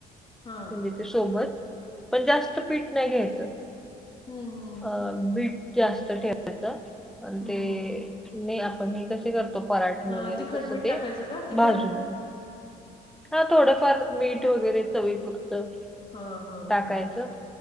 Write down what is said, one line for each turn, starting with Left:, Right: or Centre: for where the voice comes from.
Left: हा,
Centre: तिथे सोबत पण जास्त पीठ नाही घ्यायचं.
Left: हम हम.
Centre: अ बीट जास्त ठेवायच आणि
Left: हम्म
Centre: ते
Left: हम्म
Centre: नाही आप ''--'' आपण हे कसे करतो पराठे
Left: हा
Centre: वगैरे
Left: तिखट
Centre: तस
Left: मीठ
Centre: ते
Left: टाकायचं का तिखट
Centre: भाजून घे. हा थोडंफार मीठ वगैरे चवी पुुरतं.
Left: हा हा
Centre: टाकायचं
Left: हा